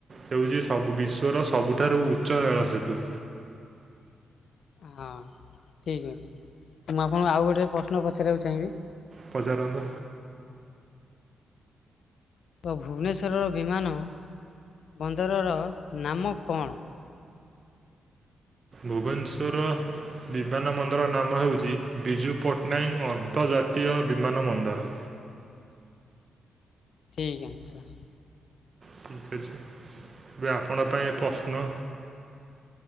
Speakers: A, on the right; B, on the left.
A: ହେଉଚି ସବୁ ବିଶ୍ଵର ସବୁଠାରୁ ଉଚ୍ଚ ରେଳ ସେତୁ?
B: <inaudible> ହଁ ଠିକ୍ ଅଛି। ଏ ମୁଁ ଆପ୍ ହଁ ଆଉ ଗୋଟିଏ ପ୍ରଶ୍ନ ପଚାରିବାକୁ ଚାହିଁବି?
A: ପଚାରନ୍ତୁ
B: ତ ଭୁବନେଶ୍ୱରର ବିମାନ ବନ୍ଦରର ନାମ କଣ?
A: ଭୁବନେଶ୍ୱର ବିମାନ ବନ୍ଦର ନାମ ହେଉଚି ବିଜୁ ପଟ୍ଟନାୟକ ଅନ୍ତର୍ଜା ଜାତୀୟ ବିମାନ ବନ୍ଦର।
B: <inaudible> ଠିକ୍ ଅନ୍ସର୍।
A: <unintelligible> ଏବେ ଆପଣ ପାଇଁ ପ୍ରଶ୍ନ।